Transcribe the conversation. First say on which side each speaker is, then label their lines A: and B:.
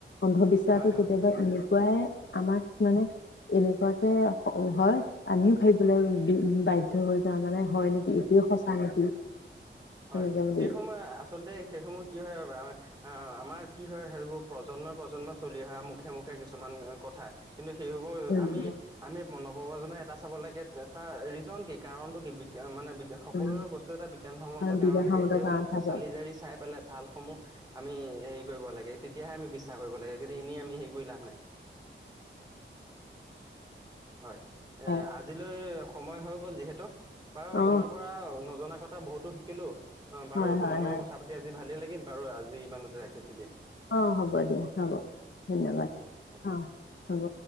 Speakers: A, on the left; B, on the right.
A: অন্ধবিশ্বাসটো
B: হয় হয়
A: কেতিয়াবা
B: হয়
A: এনে কুৱাই আমাক মানে এনেকুৱাকে হয় আমিও ভাবিবলৈ বাধ্য হৈ মানে হয় নেকি? এইটোয়ে সঁচা নেকি?
B: হয়
A: তেনেকে বুলি
B: সেই সময় আচলতে সেই সময় কি হয় আহ আমাৰ কি হয় সেইবোৰ প্ৰজন্ম প্ৰজন্ম চলি অহা মুখে মুখে কিছুমান কথা কিন্তু সেইবোৰ
A: উম
B: আমি আমি নৱপ্ৰজই এটা চাব লাগে তাৰ ৰিজন কি? কাৰণটো কি? বিজ্ঞান মানে সকলোৰে
A: উম
B: বস্তু এটা বিজ্ঞানসন্মত কাৰণ
A: বিঘা
B: থাকে,
A: খামতৰ
B: সেইসমূহ
A: গান থাকে
B: চালি জাৰি চাই পেলাই ভালসমূহ আমি হেৰি কৰিব লাগে, তেতিয়াহে আমি বিশ্বাস কৰিব লাগে। কিন্তু এনেই আমি হেৰি কৰি লাভ নাই। হয় এ
A: হয়
B: আজিলৈ সময় হৈ গ'ল যিহেতু বাৰু
A: অ
B: তোমাৰ পৰা নজনা কথা বহুতো শিকিলো, অ বাৰু
A: হয় হয়
B: তোমাৰাল লগৰ
A: হয়
B: কথা পাতি আজি ভালেই লাগিল, বাৰু আজি ইমানতে ৰাখিছো দিয়া।
A: অ হ'ব দিয়া হ'ব, ধন্যবাদ
B: অ হ'ব
A: অ হ'ব।